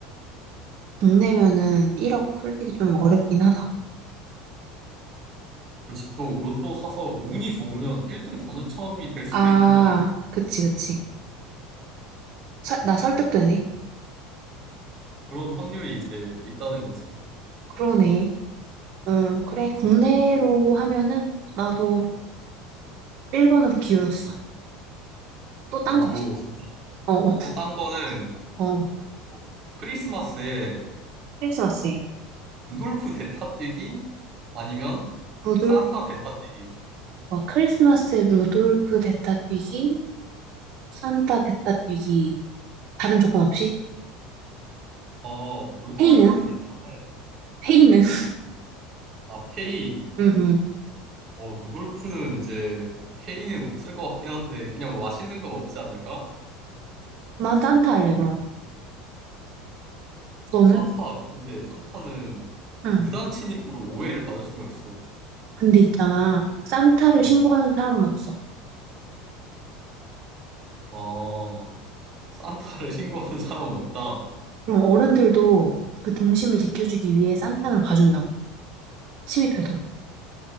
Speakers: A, on the right; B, on the right.
A: 국내면은 1억 솔직히 좀 어렵긴 하다.
B: 그렇지. 또 로또 사서 운이 좋으면 1등 당첨이 될 수도
A: 아,
B: 있는 거야.
A: 그치, 그치. 서- 나 설득되네.
B: 그런 확률이 이제 있다는 거지.
A: 그러네. 응, 그래. 국내로 하면은 나도 1번으로 기울었어. 또 딴
B: 오,
A: 거 없어.
B: 진짜.
A: 어,
B: 또 딴 거는
A: 어, 어.
B: 뭐 크리스마스에
A: 크리스마스에.
B: 루돌프 대타 뛰기 아니면
A: 루돌프,
B: 산타 대타 뛰기.
A: 와, 크리스마스에 루돌프 대타 뛰기, 산타 대타 뛰기. 다른 조건 없이?
B: 어, 루돌프
A: 회의는?
B: 대타는
A: 회의는? <laughs>
B: 아, 페이
A: 응, 응.
B: 어, 루돌프는 이제 페이는 없을 것 같긴 한데 그냥 뭐 맛있는 거 먹지 않을까?
A: 난 산타 할래, 그럼. 너는?
B: 산타. 근데 산타는
A: 응.
B: 무단 침입으로 오해를 받을 수가 있어.
A: 근데 있잖아. 산타를
B: 어.
A: 신고하는 사람은 없어.
B: 아, 산타를 신고하는 사람은 없다.
A: 그럼 어른들도 그 동심을 지켜주기 위해 산타는 봐준다고. 침입해도.